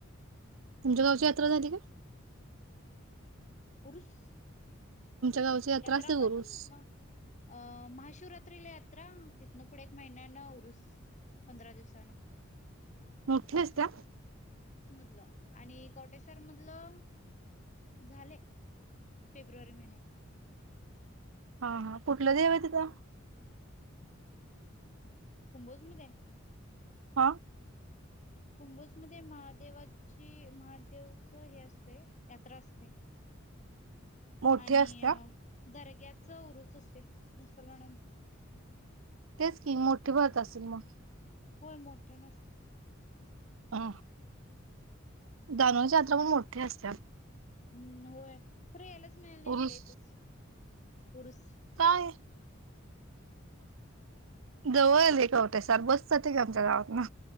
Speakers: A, on the right (about 80°); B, on the left (about 35°).
A: तुमच्या गावची यात्रा झाली काय?
B: उरूस
A: गावची
B: यात्रा
A: असते
B: पण
A: उरूस
B: अ महाशिवरात्रीला यात्रा तिनं पुढे एक महिन्या न उरुस. पंधरा दिवसा ना
A: मोठे असतिया
B: तुला आणि कवटेसर मधलं. झाले फेब्रुवारी महिन्यात.
A: हा हा कुठलं देव आहे तिथं?
B: कुंभोज मध्ये!
A: हा
B: कुंभोज मध्ये महादेवाची महादेव उत्सव हे असते यात्रा असते.
A: मोठी
B: आणि
A: असत्या
B: दर्गा उरूस असते मुसलमानांचा.
A: तेच की मोठे भरत असेल मग?
B: होय मोठे न अस्तिया
A: अ दानोळी ची यात्रा मणून मोठे असतिया.
B: हम्म होय. कुठं यायलाच मिळाला नाही
A: उरुस
B: इथल्या इथंच. उरूस.
A: काय जवळ हाय लई कवटे सार, बस जाते की आमच्या गावात न.